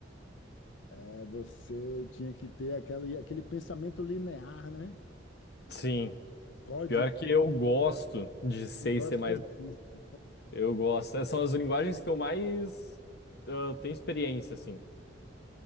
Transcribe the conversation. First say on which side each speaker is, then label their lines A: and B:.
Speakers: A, on the left (about 80°); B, on the left (about 55°).
A: é, você tinha que ter aquele, aquele pensamento linear, né?
B: Sim.
A: Código
B: Pior que eu gosto de C
A: gosta
B: e C++.
A: disso.
B: Eu gosto. Essas São as linguagens que eu mais ah, tenho experiência, assim.